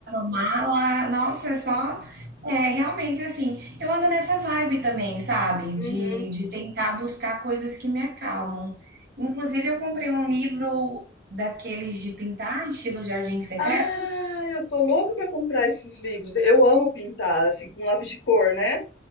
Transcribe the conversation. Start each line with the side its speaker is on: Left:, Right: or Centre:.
Right: mala, nossa, é só. É, realmente, assim, eu ando nessa vibe também, sabe? De,
Left: Uhum.
Right: de tentar buscar coisas que me acalmam. Inclusive, eu comprei um livro daqueles de pintar, estilo Jardim Secreto.
Left: Ah, eu tô louca pra comprar esses livros. Eu amo pintar, assim, com lápis de cor, né?